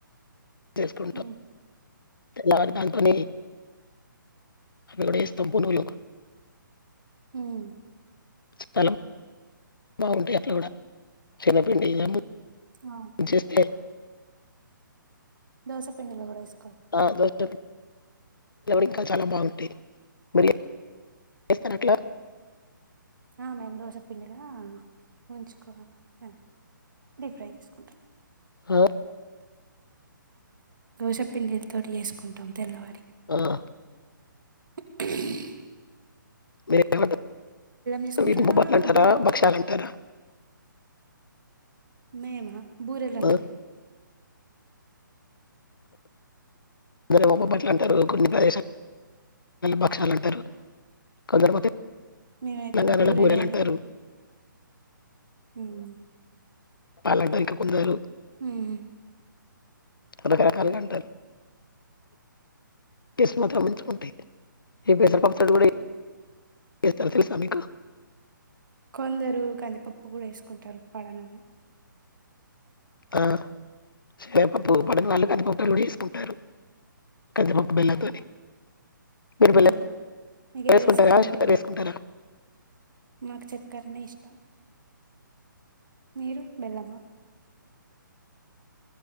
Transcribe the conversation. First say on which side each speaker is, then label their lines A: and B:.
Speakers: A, on the left; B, on the right.
A: చేసుకుంటాం
B: హ్మ్
A: తెల్లారి దాంతోని అవి కూడా చేస్తాం పునుగులు
B: హ్మ్
A: స్లం బాగుంటాయి అట్లా కూడా శెనగపిండి <inaudible>
B: ఆ
A: చేస్తే
B: దోస పిండిలో కూడా వేసుకు
A: ఆ దోశ ఇంకా చాలా బాగుంటాయ్ మిరియాలు చేస్తాను అట్లా
B: ఆ మేము దోశ పిండిలా ముంచుకొని డీప్ ఫ్రై చేసుకుంటాం
A: ఆ
B: దోస పిండి తోటి చేసుకుంటాం తెల్లవారి
A: ఆ
B: ఉక్ ఉమ్
A: మీరు వీటిని ఏమంటారు
B: చేసుకుంటారా
A: నేతి బూరెలు అంటారా
B: మీరు
A: భక్షాలు అంటారా
B: మేమా బూరెలు అంటాం
A: ఆ, మరి ఏమో బొబ్బట్లు అంటాం కొన్ని ప్రదేశాల్లో బక్షాలు అంటారు కొందరు
B: మేమైతే
A: తెలంగాణ
B: బూరెలే
A: లో బూరెలంటారు
B: హ్మ్
A: వాళ్ళంటా ఇంకా కొందరు
B: మ్మ్
A: రకరకాలుగా అంటారు ఇసుక మాత్రం ఎందుకుంటాయి ఈ పెసర పప్పు తో కూడా చెయ్ ఏస్తారు తెలుసా మీకు
B: కొందరు కందిపప్పు కూడా వేసుకుంటారు పడనోళ్లు
A: ఆ శనగపప్పు పడని వాళ్ళు కందిపప్పు కూడా వేసుకుంటారు కందిపప్పు బెల్లం తోని మిరియాలు
B: బెల్లం మీకు
A: వేసుకుంటారా
B: ఏది ఇష్టం
A: జీలకర్ర
B: బెల్లం
A: వేసుకుంటారా
B: మాకు చక్కరనే ఇష్టం మీరు బెల్లమా